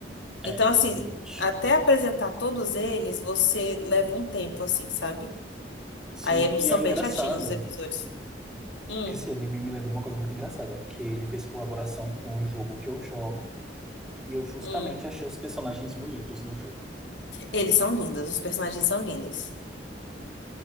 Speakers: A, on the left (about 85°); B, in the centre.
A: Então,
B: É, realmente.
A: assim, até apresentar todos eles, você leva um tempo, assim, sabe?
B: Sim,
A: Aí é-
B: e
A: são
B: é engraçado.
A: bem chatinhos os episódios. Hum,
B: Esse anime me lembra uma coisa muito engraçada, que ele fez colaboração com um jogo que eu jogo E eu justamente
A: hum.
B: achei os personagens bonitos no jogo.
A: Eles são lindos, os personagens são lindos.